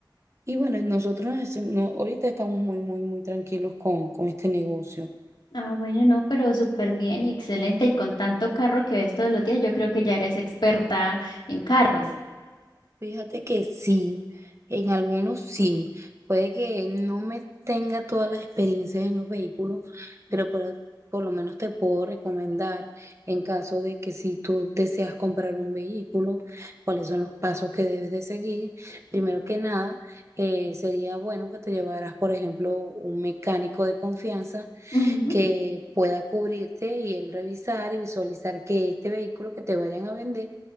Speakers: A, on the right; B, on the left.
A: Y bueno, nosotros nos- no- ahorita estamos muy, muy, muy tranquilos con, con este negocio.
B: Ah, bueno, no, pero súper bien y excelente. Y con tanto carro que ves todos los días, yo creo que ya eres experta en carros.
A: Fíjate que sí, en algunos sí. Puede que no me tenga todas las experiencias en los vehículos, pero por, por lo menos te puedo recomendar en caso de que si tú deseas comprar un vehículo, cuáles son los pasos que debes de seguir. Primero que nada, eh, sería bueno que te llevaras, por ejemplo, un mecánico de confianza
B: Ujú,
A: que pueda cubrirte y él revisar y visualizar que este vehículo que te vayan a vender